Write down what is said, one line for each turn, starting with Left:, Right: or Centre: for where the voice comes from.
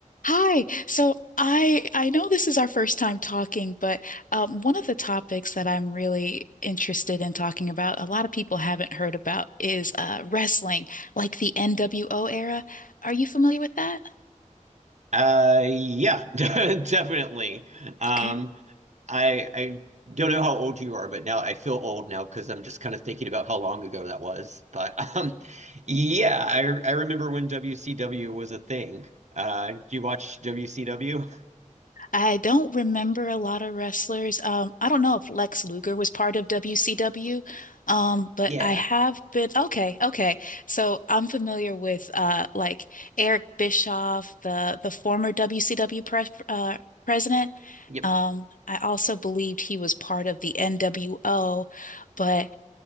Left: Hi. So I I know this is our first time talking, but um, one of the topics that I'm really interested in talking about, a lot of people haven't heard about, is uh, wrestling, like the NWO era. Are you familiar with that?
Right: Uh, yeah, <laughs> definitely. Um,
Left: Okay.
Right: I I don't know how old you are, but now I feel old now because I'm just kind of thinking about how long ago that was. But <laughs> um, yeah, I I remember when WCW was a thing. Uh, do you watch WCW?
Left: I don't remember a lot of wrestlers. Um, I don't know if Lex Luger was part of WCW, um, but
Right: Yeah.
Left: I have been okay, okay. So I'm familiar with uh, like Eric Bischoff, the the former WCW pres uh, president.
Right: Yep.
Left: Um, I also believed he was part of the NWO, but